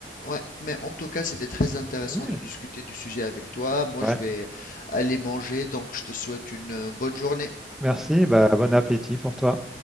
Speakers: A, on the left (about 50°); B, in the centre.
A: ouais, mais en tout cas, c'était très intéressant
B: Ouais.
A: de discuter du sujet avec toi. Moi,
B: Ouais.
A: je vais aller manger, donc je te souhaite une euh, bonne journée.
B: Merci. Bah, bon appétit pour toi.